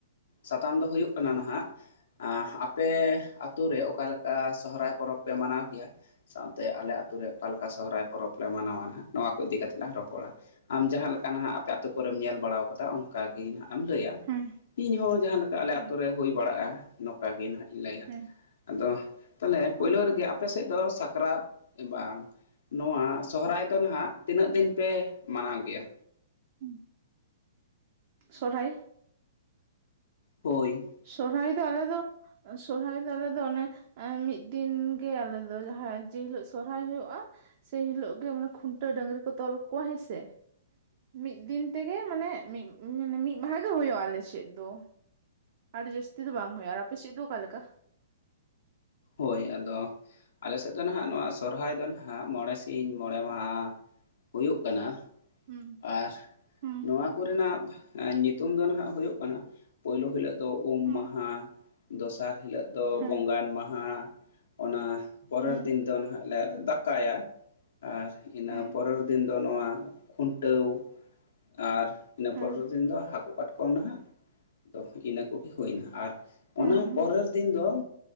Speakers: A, on the left (about 65°); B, on the right (about 50°).
A: ᱥᱟᱛᱟᱢ ᱫᱚ ᱦᱩᱭᱩᱜ ᱠᱟᱱᱟ ᱱᱟᱦᱟᱜ ᱟᱸ ᱟᱯᱮ ᱟᱛᱩᱨ ᱨᱮ, ᱚᱠᱟᱮᱠᱟ ᱥᱚᱦᱨᱟᱭ ᱯᱚᱨᱚᱵᱽ ᱯᱮ ᱢᱟᱱᱟᱣ ᱠᱮᱭᱟ? ᱥᱟᱶᱛᱮ ᱟᱞᱮ ᱟᱛᱩᱨ ᱨᱮ᱾ ᱚᱠᱟᱮᱠᱟ ᱥᱚᱦᱨᱟᱭ ᱯᱚᱨᱚᱵᱽ ᱞᱮ ᱢᱟᱱᱟᱣᱟ᱾ ᱱᱟᱦᱜ ᱱᱚᱣᱟ ᱠᱚ ᱤᱫᱤ ᱠᱟ ᱠᱟᱛᱮᱜ ᱞᱟᱝ ᱨᱚᱯᱚᱲᱟ᱾ ᱟᱢ ᱡᱟᱦᱟᱸ ᱞᱮᱠᱟ ᱱᱟᱦᱟᱜ ᱟᱛᱩ ᱠᱚᱨᱮᱢ ᱧᱮᱞ ᱵᱟᱲᱟ ᱟᱠᱟᱫᱟ ᱚᱱᱠᱟ ᱜᱮ ᱦᱟᱜ ᱮᱢ ᱞᱟᱹᱭᱟ᱾
B: ᱦᱮᱸ
A: ᱤᱧ ᱦᱚᱸ ᱡᱟᱦᱟᱸᱞᱮᱠᱟ ᱟᱞᱮ
B: ᱦᱮᱸ
A: ᱟᱛᱳ ᱨᱮ ᱦᱩᱭ ᱵᱟᱲᱟᱜᱼᱟ᱾ ᱱᱚᱝᱠᱟ ᱜᱮ ᱱᱟᱦᱟᱜ ᱤᱧ ᱞᱟᱹᱭᱟ᱾
B: ᱦᱮᱸ
A: ᱟᱫᱚ ᱛᱟᱦᱚᱞᱮ
B: ᱦᱳᱭᱛᱚ
A: ᱯᱳᱭᱞᱳ ᱨᱮᱜᱮ ᱟᱯᱮ ᱥᱮᱫ ᱫᱚ ᱥᱟᱠᱨᱟᱛ ᱵᱟᱝ? ᱱᱚᱣᱟ ᱥᱚᱦᱨᱟᱭ ᱫᱚ, ᱱᱟᱦᱟᱜ ᱛᱤᱱᱟᱹᱜ ᱫᱤᱱ ᱯᱮ ᱢᱟᱱᱟᱣ ᱜᱮᱭᱟ?
B: ᱦᱩᱸ <unintelligible> ᱥᱚᱨᱦᱟᱭ᱾
A: ᱦᱳᱭ,
B: ᱥᱚᱨᱦᱟᱭ ᱫᱚ ᱟᱞᱮ ᱫᱚ, ᱥᱚᱨᱦᱟᱭ ᱫᱚ ᱟᱞᱮ ᱫᱚ ᱚᱱᱮ ᱢᱤᱫ ᱫᱤᱱᱜᱮ ᱟᱞᱮ ᱫᱚ᱾ ᱡᱟᱦᱟᱸ ᱡᱮᱦᱤᱞᱳᱜ ᱥᱚᱨᱦᱟᱭ ᱦᱩᱭᱩᱜᱼᱟ᱾ ᱥᱮᱭ ᱦᱤᱞᱳᱜ ᱜᱮ, ᱢᱟᱱᱮ ᱠᱷᱩᱱᱴᱟᱹᱣ ᱰᱟᱹᱝᱨᱤ ᱠᱚ ᱛᱚᱞ ᱠᱚᱣᱟ ᱦᱮᱸᱥᱮ᱾ ᱢᱤᱫ ᱫᱤᱱ ᱛᱮᱜᱮ, ᱢᱟᱱᱮ ᱢᱤᱫ ᱢᱟᱱᱮ ᱢᱤᱫ ᱢᱟᱦᱟ ᱜᱮ ᱦᱩᱭᱩᱜᱼᱟ ᱟᱞᱮᱥᱮᱫ ᱫᱚ᱾ ᱟᱹᱰᱤ ᱡᱟᱹᱥᱛᱤ ᱫᱚ ᱵᱟᱝ ᱦᱩᱭᱩᱜᱼᱟ᱾ ᱟᱨ ᱟᱯᱮ ᱪᱮᱫ ᱫᱚ ᱚᱠᱟᱠᱟ?
A: ᱦᱳᱭ, ᱟᱫᱚ ᱟᱞᱮ ᱥᱮᱫ ᱫᱚ ᱱᱟᱦᱟᱜ ᱱᱚᱣᱟ ᱥᱚᱨᱚᱦᱦᱟᱭ ᱫᱚ ᱱᱟᱦᱟᱸᱜ ᱢᱚᱬᱮ ᱥᱤᱧ, ᱢᱚᱬᱮ ᱢᱟᱦᱟ᱾ ᱦᱩᱭᱩᱜ ᱠᱟᱱᱟ᱾
B: ᱦᱩᱸ,
A: ᱟᱨ,
B: ᱦᱩᱸ
A: ᱱᱚᱣᱟ ᱠᱚᱨᱮᱱᱟᱜ, ᱧᱩᱛᱩᱢ ᱫᱚ ᱱᱟᱦᱟᱜ ᱦᱩᱭᱩᱜ ᱠᱟᱱᱟ ᱯᱳᱭᱞᱳ ᱦᱤᱞᱟᱹᱜ ᱫᱚ ᱩᱢ
B: ᱦᱩᱸ
A: ᱢᱟᱦᱟ ᱾ᱫᱚᱥᱟᱨ ᱦᱤᱞᱳᱜ ᱫᱚ
B: ᱦᱮᱸ
A: ᱵᱚᱸᱜᱟᱱ ᱢᱟᱦᱟ᱾ ᱚᱱᱟ ᱯᱚᱨᱮᱨ
B: ᱦᱮᱸ
A: ᱫᱤᱱ ᱫᱚ ᱱᱟᱦᱟᱜ ᱞᱮ ᱫᱟᱠᱟᱭᱟ᱾ ᱟᱨ ᱤᱱᱟᱹ
B: ᱦᱮᱸ
A: ᱯᱚᱨᱮᱨ ᱫᱤᱱ ᱫᱚ ᱱᱚᱣᱟ ᱠᱷᱩᱱᱴᱟᱹᱣ᱾ ᱟᱨ ᱤᱱᱟᱹ
B: ᱦᱮᱸ
A: ᱯᱚᱨᱮᱨ ᱫᱤᱱ ᱫᱚ ᱦᱟᱹᱠᱩ ᱠᱟᱴᱠᱣᱟᱢ᱾ ᱱᱟᱦᱟᱜ ᱟ ᱤᱱᱟᱹ ᱠᱚᱜᱮ ᱦᱩᱭᱱᱟ᱾ ᱟᱨ
B: ᱦᱮᱸ
A: ᱚᱱᱟ ᱯᱚᱨᱮᱨ ᱫᱤᱱ ᱫᱚ